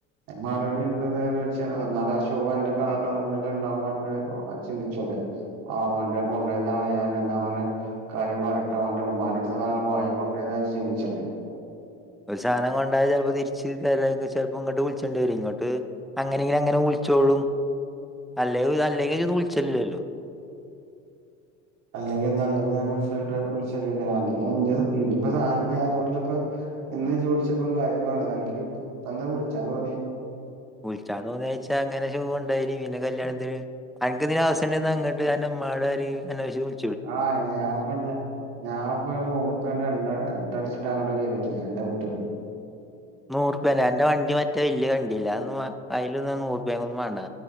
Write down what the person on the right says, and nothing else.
മറവിണ്ട് <unintelligible> ആഷൂവൻ്റെ കാ കണ്ണ്മുനില്ണ്ടാവുമ്പ അൻക് ചിന്തിച്ചൂടെ ആ ഓൻ്റെ കൊണ്ടെയതാണ് ഞാന് ന്നാ ഓന് കാര്യം പറ്യട്ടെ ഓൻ്റെ ഉമ്മാൻ്റെട്ത്താന്നാണ് വാങ്ങി കൊണ്ടോയത് ന്നാജ് ചിന്തിച്ചണ്ടെ
അല്ലെങ്കി എന്താ അ ല്ലെങ്കിഞാൻ വിൾചല്ണ്ടലൊ വിൾചേല്ണ്ടേ അല്ലെങ്കി ഞാൻ ഇൻ്റെ ഇൻ്റെപം സാനപ്പം ഞാതോണ്ടല്ലെപ്പ ഇന്ന് ജ് വിൾച്ചപ്പം കാര്യപറ്ഞതാ അൻക്പന്തേ വിൾച്ചാതോന്നീ
ആ ഞാൻപ്പഞ് ഞാൻപ്പം ഒര് നുറുപ്യൻ്റെ എണ്ണ തട്ച് ട്ടങ്ങട്ട് വെരല്ല അന്റെ വീട്ട്ക്